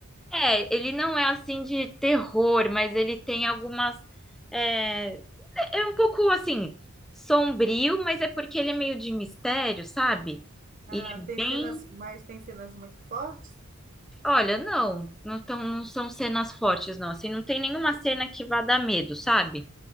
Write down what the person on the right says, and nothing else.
Ah,
tem
cenas, mas tem cenas muito fortes?